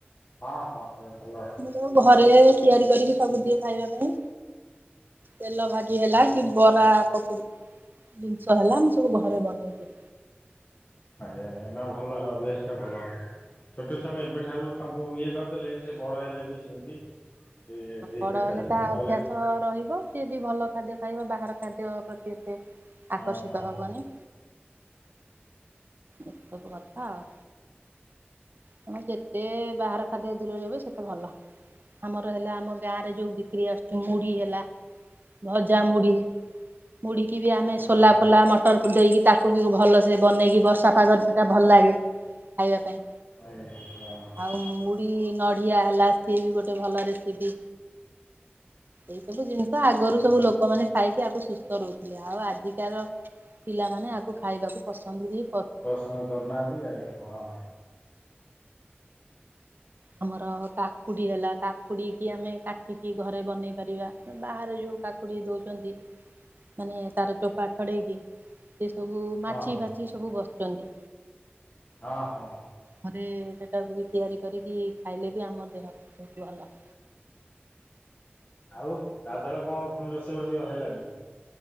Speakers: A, on the left; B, on the right.
A: ହଁ ହଁ ସେ ଭଲ।
B: ମୁଁ ଘରେ ତିଆରି କରିକି ସବୁ ଦିଏ ଖାଇବା ପାଇଁ। ତେଲ ଭାଜି ହେଲା କି ବରା ପକୁଡ଼ି ଜିନିଷ ହେଲା ମୁଁ ସବୁ ଘରେ ବନେଇବି।
A: ଆଜ୍ଞା ଆଜ୍ଞା ନା ଭଲ ଅଭ୍ୟାସ ଟା ଭଲ। ଛୋଟ ଛୁଆମାନଙ୍କୁ ଏବେଠାରୁ ତାଙ୍କୁ ଇଏ କରିଦେଲେ ବଡ ହେଲେ ବି ସେମିତି ସେ ସେଇଥିରେ
B: ବଡ ହେଲେ
A: ଚାଲିବେ
B: ତା ଅଭ୍ୟାସ
A: ନହେଲେ
B: ରହିବ। ସଏ ବି ଭଲ ଖାଦ୍ୟ ଖାଇବ। ବାହାର ଖାଦ୍ୟ ପ୍ରତି ଏତେ
A: ହଁ
B: ଆକର୍ଷିତ
A: ହଁ
B: ହବନି। ଏସବୁ କଥା ଆଉ। ତମେ ଯେତେ ବାହାର ଖାଦ୍ୟରୁ ଦୂରରେ ରହିବ ସେତେ ଭଲ। ଆମର ହେଲା ଆମ ଗାଁ ରେ ଯୋଉ ବିକ୍ରି ଆସୁଛି। ମୁଢି ହେଲା। ଭଜା ମୁଢି଼। ମୁଢ଼ି ବି ଆମେ
A: ଆଜ୍ଞା
B: ସୋଲା ଫୋଲା ମଟର ଦେଇକି ତାକୁ ବି ଭଲସେ ବନେଇକି ବଷ ତା ପାଗର ସେଟା ଭଲ ଲାଗେ। ଖାଇବା ପାଇଁ।
A: ଆଜ୍ଞା। ହ
B: ଆଉ ମୁଢି ନଡ଼ିଆ ହେଲା ସିଏ ବି ଗୋଟେ ଭଲ ରେସିପି। ଏଇ ସବୁ ଜିନିଷ ଆଗରୁ
A: ଆଜ୍ଞା
B: ସବୁ ଲୋକମାନେ ଖାଇକି ଆକୁ ସୁସ୍ଥ ରହୁଥିଲେ। ଆଉ ଆଜିକାର ପିଲାମାନେ ଆକୁ ଖାଇବାକୁ ପସନ୍ଦ କି
A: ପ୍ରଶନ କରୁନାହାନ୍ତି ବି ଆଜ୍ଞା। ହଁ
B: ଆମର କାକୁଡ଼ି ହେଲା କାକୁଡି କୁ ଆମେ କାଟିକି ଘରେ ବନେଇ ପାରିବା। ବାହାରେ ଯୋଉ କାକୁଡି ଦଉଛନ୍ତି। ମାନେ ତାର ଚୋପା ଛଡେଇକି। ସେ ସବୁ
A: ହଁ
B: ମାଛି ଫାଛି ସବୁ ବସୁଛନ୍ତି।
A: ହଁ ହଁ।
B: ମତେ ସେଟାକୁ ବି ତିଆରି କରିକି ଖାଇଲେ ବି ଆମ ଦେହକୁ ଭଲ।
A: ଆଉ ଗାଧଳ କଣ ପୁଣି ରୋଷେଇ ରୋଷେଇ ହେଲାନି।